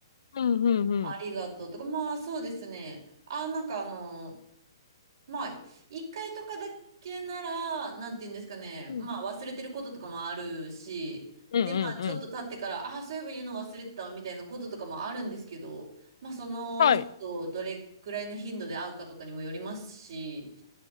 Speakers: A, on the left; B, on the right.
A: うんうんうん。
B: ありがとうとか、まあそうですね。あ、なんかあの、まあ、一回とかだけなら、なんて言うんですかね。
A: うん
B: まあ忘れてることとかもあるし、
A: うんうんうん。
B: で、まあちょっと経ってから、あ、そういえば言うの忘れてたわみたいなこととかもあるんですけど、まあその人とどれくらいの頻度で会うかとかにもよりますし、
A: はい。